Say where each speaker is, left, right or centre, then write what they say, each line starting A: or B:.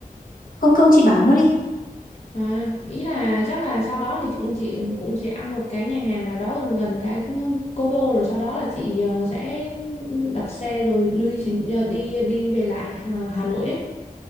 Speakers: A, on the left (about 70°); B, on the left (about 45°).
A: không không chị bảo nốt đi.
B: à, ý là chắc là sau đó thì chị, cũng chị cũng sẽ ăn một cái nhà hàng nào đó gần gần cái cố đô rồi sau đó là chị ờ, sẽ đặt xe rồi duy chị ờ, đi đi về lại Hà, Hà Nội ấy